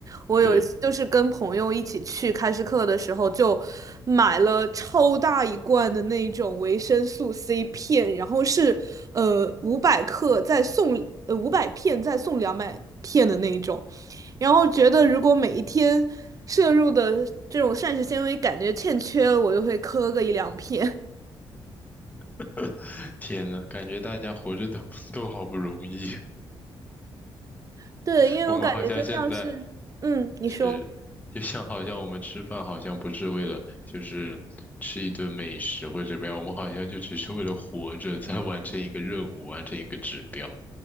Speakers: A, on the right (about 40°); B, on the left (about 20°).
A: 我有一次就是跟朋友一起去开市客的时候，
B: 对，
A: 就买了超大一罐的那种维生素 C 片，然后是呃五百克再送呃五百片再送两百片的那一种，然后觉得如果每一天摄入的这种膳食纤维感觉欠缺了，我就会磕个一两片。
B: <laughs> 天呐，感觉大家活着都 <laughs> 都好不容易，
A: <laughs> 对，
B: <laughs>
A: 因为我感觉就像是，
B: 我们好像现在
A: 嗯，你说。
B: 是，就像好像我们吃饭好像不是为了就是吃一顿美食或者怎么样，我们好像就只是为了活着，在完成一个任务，完成一个指标，